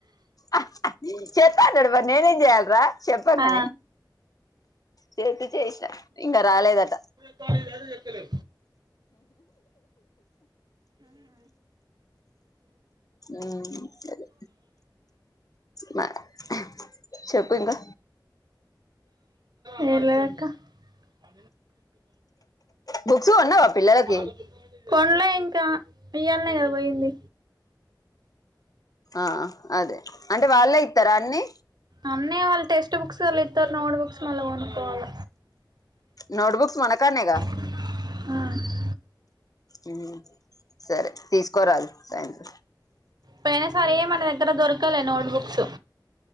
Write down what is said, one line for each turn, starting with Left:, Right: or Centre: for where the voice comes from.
Left: అహ్హ్హ్ చేత్ త్త అన్నడు మర్ నేనేం జేయలరా శెప్పంగనే
Right: ఆ
Left: చేతి చేష్ణ ఇంగ రాలేదట
Right: దు చెక్కలే
Left: ఉమ్ గదే మ హ్ చెప్పు ఇంకా
Right: ఏం లేదక్కా అ
Left: బుక్స్ కొన్నావా పిల్లలకి
Right: ఆడపో కొన్లే ఇంకా ఇయ్యాలనే గద వోయింది
Left: ఆహ్ అదే అంటే వాళ్ళే ఇత్తరా అన్ని
Right: అన్నే వాల్ టెస్ట్ బుక్స్ అళ్ళిత్తర్ నోడ్ బుక్స్ మల్ల కొనుక్కోవాళ్ళ
Left: నోట్బుక్స్ మనకాన్నేగా
Right: అ
Left: ఉ సరే తీసుకోరాదు సాయంత్రం
Right: పొయినా సరే మన దగ్గర దొరకలే నోట్ బుక్స్